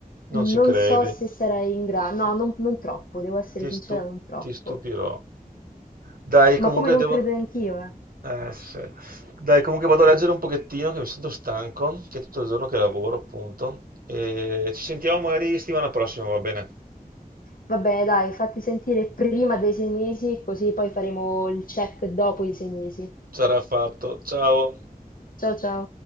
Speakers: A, on the left; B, on the right.
A: non
B: Non ci credi?
A: so se sarai in grado. No, non, non troppo, devo essere
B: Ti
A: sincera,
B: stu-
A: non troppo.
B: ti stupirò. Dai, comunque
A: Ma come non
B: devo...
A: credo anch'io, eh.
B: Eh, sì. Dai, comunque vado a leggere un pochettino che mi sento stanco, che è tutto il giorno che lavoro, appunto. E ci sentiamo magari settimana prossima, va bene?
A: Vabbè, dai, fatti sentire prima dei sei mesi, così poi faremo il check dopo i sei mesi.
B: Sarà fatto. Ciao.
A: Ciao ciao.